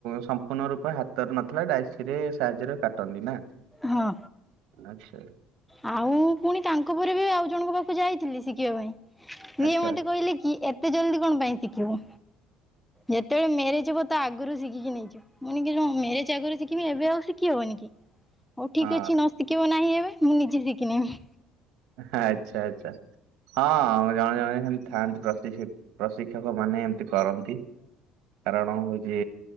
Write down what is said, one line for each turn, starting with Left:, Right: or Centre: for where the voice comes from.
Right: ସମ୍ପୂର୍ଣ୍ଣ ରୂପ ହାତରେ ନଥିଲା ଡାଇସିରେ ସାହାଯ୍ୟରେ କାଟ ଟନ୍ତି ନା
Centre: ହଁ।
Right: ଆଚ୍ଛା।
Centre: ଆଉ ପୁଣି ତାଙ୍କ ପରେ ବି ଆଉ ଜଣଙ୍କ ପାଖକୁ ଯାଇଥିଲି ଶିଖିବା ପାଇଁ ସିଏ
Right: ଆଚ୍ଛା
Centre: ମତେ କହିଲେ କି ଏତେ ଜଲଦି କଣ ପାଇଁ ଶିଖିବୁ ଯେତେବେଳେ ମେରେଜ ହେବ ତା ଆଗରୁ ଶିଖିକି ନେଇଯିବୁ। ମୁଁଣି ମେରେଜ ଆଗରୁ ଶିଖିବି ଏବେ ଆଉ ଶିଖି ହବନି କି? ହଉ ଠିକ୍
Right: ହଁ
Centre: ଅଛି ନ ଶିଖିବ ନାହିଁ ଏବେ ମୁଁ ନିଜେ ଶିଖିନେବି।
Right: ଆଚ୍ଛା ଆଚ୍ଛା। ହଁ ଜଣେ ଜଣେ ସେମତି ଥାଆନ୍ତି ପ୍ରତିସି ପ୍ରଶିକ୍ଷକ ମାନେ ଏମତି କରନ୍ତି। କାରଣ ହଉଛି